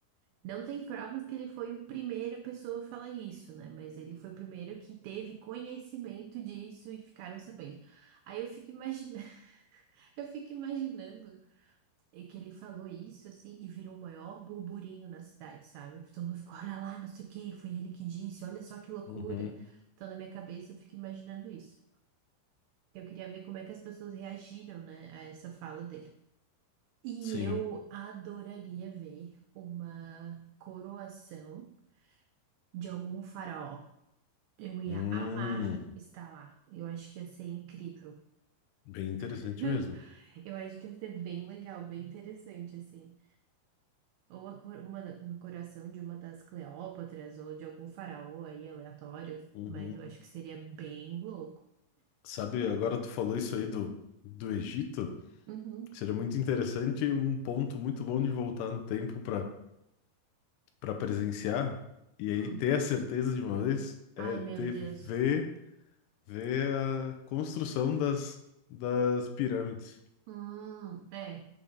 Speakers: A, on the right; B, on the left.
A: Não tem provas que ele foi o primeiro a pessoa a falar isso, né? Mas ele foi o primeiro que teve conhecimento disso e ficaram sabendo. Aí eu fico imaginando, <laughs> eu fico imaginando. E que ele falou isso, assim, e virou o maior burburinho na cidade, sabe? Todo mundo ficou, olha lá, não sei o quê, foi ele que disse, olha só que loucura.
B: Uhum,
A: Então, na minha cabeça, eu fico imaginando isso. Eu queria ver como é que as pessoas reagiram, né, a essa fala dele. E
B: sim.
A: eu adoraria ver uma coroação de algum faraó. Eu ia
B: Hum,
A: amar estar lá. Eu acho que ia ser incrível.
B: bem interessante
A: <laughs>
B: mesmo.
A: Eu acho que ia ser bem legal, bem interessante, assim. Ou a cor- uma, da- um coração de uma das Cleópatras ou de algum faraó aí aleatório,
B: Uhum.
A: mas eu acho que seria bem louco.
B: Sabe, agora tu falou isso aí do, do Egito.
A: Uhum.
B: Seria muito interessante, um ponto muito bom de voltar no tempo para para presenciar e aí
A: Hum.
B: ter a certeza de uma vez é
A: Ai,
B: ter
A: meu Deus.
B: ver, ver a construção das, das pirâmides
A: Hum, é,